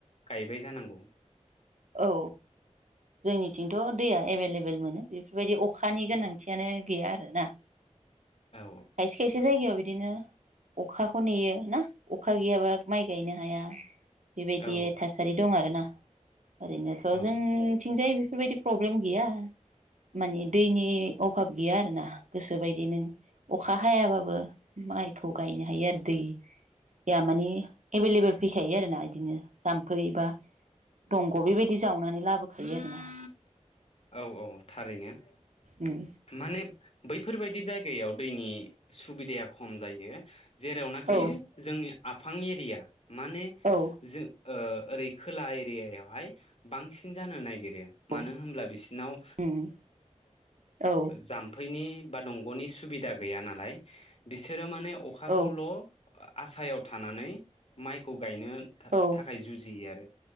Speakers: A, on the left; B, on the right.
A: गायबाय जानांगौ।
B: औ जोंनिथिंथ' दैया एभेलेबेल मोनो बेफोरबायदि अखानि गोनांथियानो गैया आरोना।
A: औ
B: खायसे खायसे जायगायाव बिदिनो अखाखौ नेयो ना अखा अखा गैयाबा माइ गायनो हाया। बेबायदि
A: औ
B: थासारि दं आरोना। ओरैनोथ'
A: औ
B: जोंथिंजाय बेफोरबायदि प्रब्लेम प्रब्लेम गैया माने दैनि अभाब गैया आरोना गोसोबायदि नों अखा हायाबाबो माइखौ गायनो हायो आरो दैया मानि एभेलेबेल फैखायो आरो ना बिदिनो जाम्फै बा दंग' बेबायदि जावनानै लाबोखायो आरो ना।
A: औ औ थारैनो,
B: उम
A: माने बैफोरबायदि जायगायाव दैनि सुबिदाया खम जायो जेरावनाखि
B: औ
A: जोंनि आ फां एरिया माने
B: औ
A: जों ओ ओरै खोला एरियायावहाय बांसिन जानो नागिरो मानो
B: औ
A: होनब्ला बि सिनाव
B: उम औ
A: जाम्पै नि बा दंगनि सुबिदा गैया नालाय बिसोर माने अखाखौल''
B: औ
A: आसायाव थानानै माइखौ गायनो
B: औ
A: थाखाय जुजियो आरो।